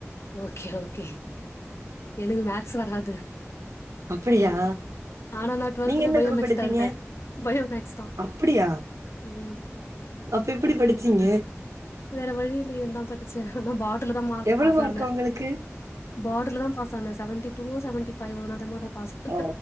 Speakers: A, on the left (about 60°); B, on the right (about 80°).
A: ஓக்கே ஓக்கே எனக்கு மேக்ஸ் வராது
B: அப்டியா
A: ஆனா நா டுவெல்த்ல
B: நீங்க என்ன
A: பயோ
B: குரூப்
A: மேக்ஸ்
B: எடுத்தீங்க
A: தா எடுத்தே பயோ மேக்ஸ் தா
B: அப்டியா
A: ம்
B: அப்ப எப்டி படிச்சீங்க
A: ம் வேற வழியில்லயேந்தா படுச்சே ஆனா பாடர்ல்ல தா மார்க்
B: எவ்வளவு
A: பாசானே
B: உங்களுக்கு
A: பாடர்லத பாஸானே செவன்டி டூ ஒ செவண்டி ஃபைவ் ஒ னாதா பாஸ் ஆனே
B: ஆ